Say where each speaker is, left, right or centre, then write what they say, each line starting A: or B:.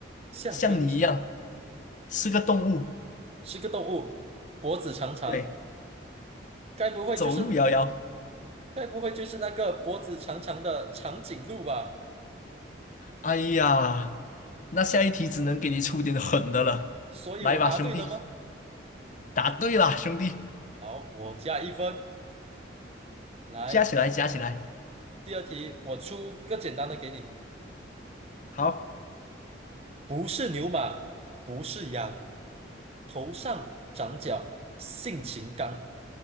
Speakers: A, on the right (about 30°); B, on the left (about 40°).
A: 橡跟
B: 像你一样是个动物。
A: 是个动物，脖子长长，
B: 对，
A: 该不会就是
B: 走路摇摇。
A: 该不会就是那个脖子长长的长颈鹿吧？
B: 哎呀，那下一题只能给你出点狠的了。
A: 所以我答对了吗？
B: 来吧，兄弟，答对啦，兄弟，
A: 好，我加一分。来，
B: 加起来，加起来。
A: 第二题，我出个简单的给你，
B: 好，
A: 不是牛马，不是羊，头上长角，性情刚，